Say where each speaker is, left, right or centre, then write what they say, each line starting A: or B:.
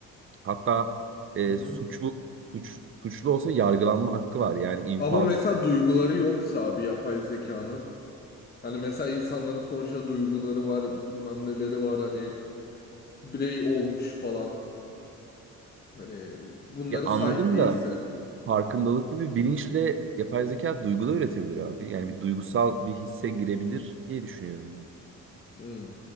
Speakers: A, on the right; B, on the left.
A: Hatta e,
B: Hı hı.
A: suçu suç, suçlu olsa yargılanma hakkı var. Yani infaz
B: Ama mesela duyguları yoksa bir yapay zekanın hani mesela insanların sonuçta duyguları var, bilmem neleri var hani birey olmuş falan. Hani bunları
A: ya anladım
B: sahip değilse.
A: da farkındalıklı bir bilinçle yapay zeka duygu da üretebilir abi. Yani bir duygusal bir hisse girebilir diye düşünüyorum ben.
B: Hmm.